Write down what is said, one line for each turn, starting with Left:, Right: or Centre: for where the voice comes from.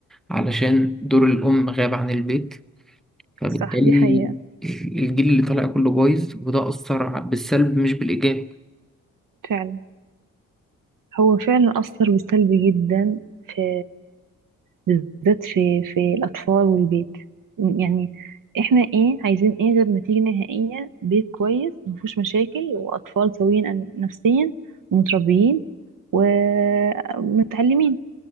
Centre: علشان دور الأم غاب عن البيت فبالتالي
Right: صح دي حقيقة
Centre: الجيل اللي طالع كله بايظ وده أثر بالسلب مش بالإيجاب
Right: فعلا هو فعلا أثر بالسلب جدا في بالذات في في الأطفال والبيت يعني احنا ايه عايزين ايه غير نتيجة نهائية بيت كويس مفهوش مشاكل وأطفال سويين أن- نفسيا ومتربيين ومتعلمين